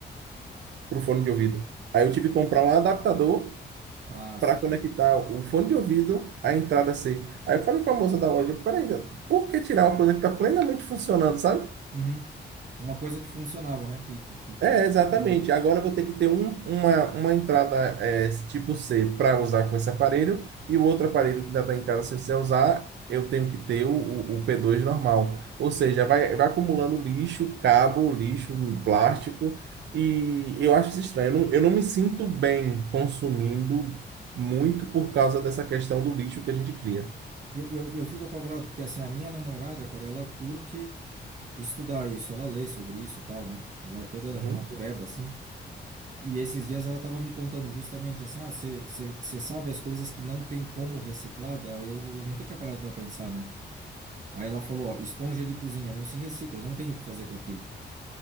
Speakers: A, on the right; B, on the right.
A: para o fone de ouvido. Aí eu tive que comprar um adaptador
B: Ah, saquei.
A: para conectar o fone de ouvido à entrada C. Aí eu falei com a moça da loja, peraí, por que tirar uma coisa que está plenamente funcionando, sabe?
B: Uhum. Uma coisa que funcionava, né? Que, que, que
A: É, exatamente.
B: tava legal.
A: Agora eu vou ter que ter um- uma, uma entrada é, tipo C para usar com esse aparelho e o outro aparelho que ainda está em casa, se você usar, eu tenho que ter o, o- o P2 normal. Ou seja, vai, vai acumulando lixo, cabo, lixo, plástico e eu acho isso estranho. Eu não, eu não me sinto bem consumindo muito por causa dessa questão do lixo que a gente cria.
B: E eu, eu, eu fico apavorado, porque assim, a minha namorada, cara, ela curte estudar isso, ela lê sobre isso e tal, né? Ela é toda
A: Uhum.
B: natureba, assim. E esses dias ela tava me contando justamente assim, ah, você sabe as coisas que não tem como reciclar? Daí Eu, eu nunca tinha parado para pensar, né? Aí ela falou, ó, esponja de cozinha não se recicla, não tem o que fazer com aquilo.